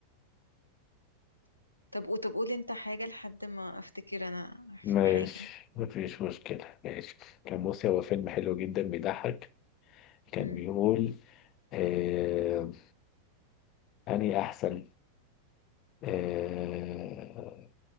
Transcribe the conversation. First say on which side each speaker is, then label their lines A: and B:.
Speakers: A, on the left; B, on the left.
A: طب قو- طب قولي انت حاجة لحد ما افتكر انا
B: ماشي
A: في حاجة
B: مفيش مشكلة ماشي كان بص هو فيلم حلو جدا بيضحك كان
A: أم،
B: بيقول آه... أني أحسن آه...